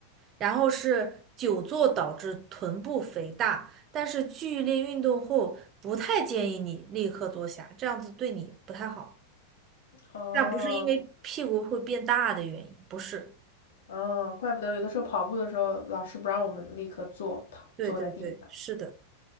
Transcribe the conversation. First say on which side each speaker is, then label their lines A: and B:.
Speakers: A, on the right; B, on the left.
A: 然后是久坐导致臀部肥大，但是剧烈运动后不太建议你立刻坐下，这样子对你不太好。
B: 哦
A: 但不是因为屁股会变大的原因，不是。
B: 哦，怪不得有的时候跑步的时候，老师不让我们立刻坐坐在地上。
A: 对对对，是的，